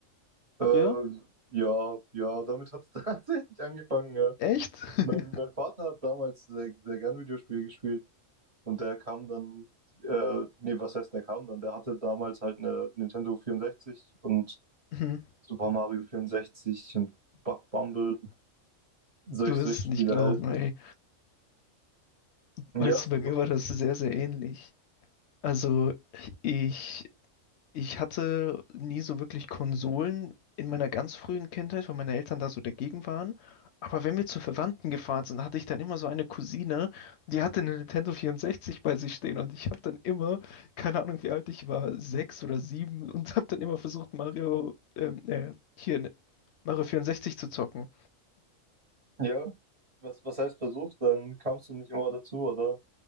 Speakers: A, on the right (about 30°); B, on the left (about 65°).
A: Ähm,
B: früher?
A: ja, ja, damit hat es <laughs> tatsächlich angefangen, ja.
B: Echt? <laughs>
A: Mein, mein Vater hat damals sehr, sehr gern Videospiele gespielt und der kam dann, äh, nee, was heißt, der kam dann? Der hatte damals halt eine Nintendo 64 und
B: Mhm.
A: Super Mario 64 und Bug Bumble, solche,
B: Du wirst
A: solche
B: es
A: Spiele
B: nicht glauben,
A: halt.
B: ey.
A: Ja,
B: Weißt
A: ist
B: du, bei
A: das,
B: mir
A: doch.
B: war das sehr, sehr ähnlich. Also ich Ich hatte nie so wirklich Konsolen in meiner ganz frühen Kindheit, weil meine Eltern da so dagegen waren. Aber wenn wir zu Verwandten gefahren sind, hatte ich dann immer so eine Cousine, die hatte eine Nintendo 64 bei sich stehen und ich habe dann immer, keine Ahnung wie alt ich war, sechs oder sieben und habe dann immer versucht, Mario, ähm, äh, hier, ne, Mario 64 zu zocken.
A: ja. Was, was heißt versucht? Dann kamst du nicht immer dazu, oder?